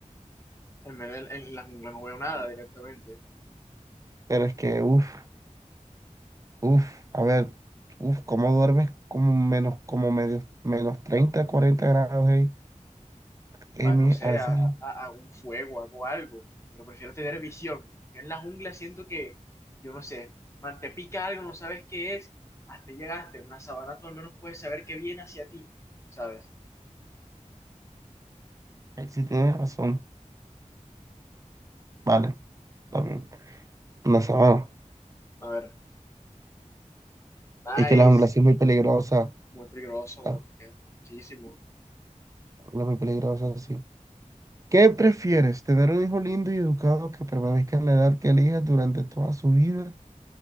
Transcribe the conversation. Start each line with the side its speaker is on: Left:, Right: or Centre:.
Left: En medio de- en la jungla no veo nada directamente.
Right: Pero es que, uff, uff, a ver, uff, ¿cómo duermes como menos, como medio, menos 30 40 grados, hey?
Left: más,
Right: Ey, mi-
Left: no sé,
Right: a veces
Left: a-
Right: sí,
Left: a- hago un fuego, hago algo, pero prefiero tener visión. Yo en la jungla siento que, yo no sé, man, te pica algo, no sabes qué es, hasta ahí llegaste, en una sabana tú al menos puedes saber qué viene hacia ti, ¿sabes?
Right: eh, sí tienes razón. Vale, también. En la sabana.
Left: A ver, nice,
Right: Es que la jungla sí es muy peligrosa.
Left: muy peligroso,
Right: La
Left: Guatica, muchísimo.
Right: jungla es muy peligrosa, sí. ¿Qué prefieres, tener un hijo lindo y educado que permanezca en la edad que elijas durante toda su vida